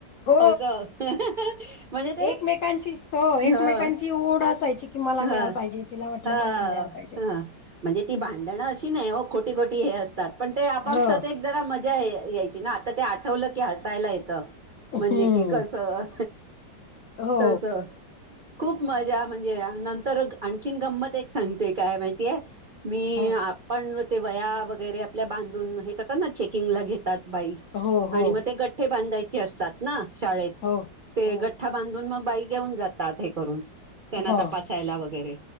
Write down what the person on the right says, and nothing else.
असं हां हं म्हणजे ते
हं
हं
हं
हं म्हणजे ती भांडणं अशी नाहीं हो खोटी खोटी हे असतांत पणं ते आपापसांत
एक जरां मं यां यांयची नां आतां ते आठवलं की हसांयला येतं
म्हणजे की कसं
तसं
खूंप
मज्जां
म्हणजे नंतर आंणखीन गंमत एक सांगते कायं माहितीय हायं मी
पणं ते वयां वगैरें आपल्यां बांधून हे करतांत नां चेकिंग लां घेतांत बाई
आणि मग ते गठ्ठे बांधायचे असतात ना शाळेत
ते
ग ठा बांधून मग बाई घेऊन जातात हे करून त्यांना
त बसायला वगैरे